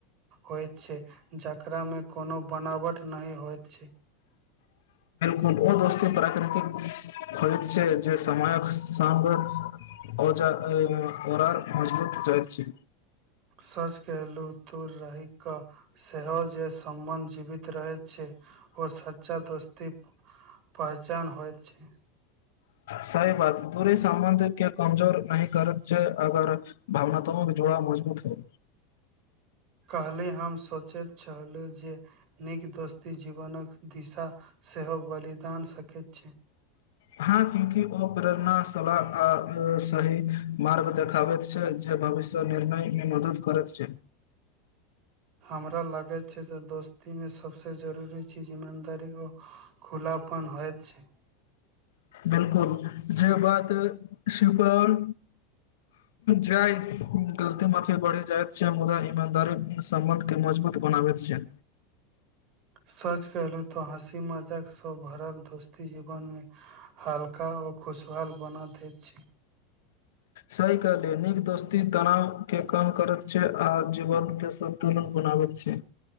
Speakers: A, on the right (about 50°); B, on the left (about 85°).
A: होइत छै, जकरा में कोनो बनावट नहि होइत छै।
B: को ओ दोस्ती प्राकृतिक खोजइत छै जे समयक सङ्ग ओआर मजबूत जाइत छै।
A: सच कहलहुँ दूर रहिकऽ सेहो जे सम्बन्ध जीवित रहैत छै, ओ सच्चा दोस्ती पहचान होइत छै।
B: सही बात दूरी समबन्ध क कमजोर नहि करैत छै अगर भावनात्मक जुड़ाव मजबूत हो।
A: भलहि हम सोचैत छलहुँ जे नीक दोस्ती जीवनक दिशा सेहो बलिदान सकैत। अच्छा।
B: हँ क्यूकि ओ प्रेरणा सलाह आ सही मार्ग देखाबैत छै, जे भविष्य निर्णय में मदद करैत छै।
A: हमरा लागैत छै जे दोस्ती में सभसँ जरूरी चीज ईमानदारी आ खुलापन होइत छै।
B: बिलकुल जे बात सुपल जाहि गलती माफी बढ़ि जाइत छै, मुदा ईमानदारी सम्बंध के मजबूत बनाबैत छै।
A: सच कहलहु तो हँसी मजाक सब। भरल दोस्ती जीवन में। हल्का ओ खुशहाल बना दैत छै।
B: सही कहलिय, नीक दोस्ती तनावके कम करैत छै आ जीवनके सन्तुलन बनाबैत छै।